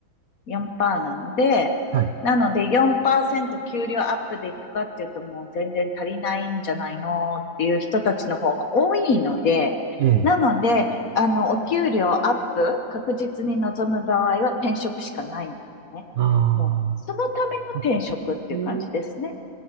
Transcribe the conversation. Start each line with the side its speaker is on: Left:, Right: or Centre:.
Left: 4%なので、
Right: はい。
Left: なので4%給料アップでいくかっていうともう全然足りないんじゃないのっていう人たちの方が多いので、
Right: ええ、
Left: なので、あの、お給料アップ確実に望む場合は転職しかないんですね。
Right: あ
Left: もう、そのための転職っていう感じですね。
Right: あ、やっぱ、ええ、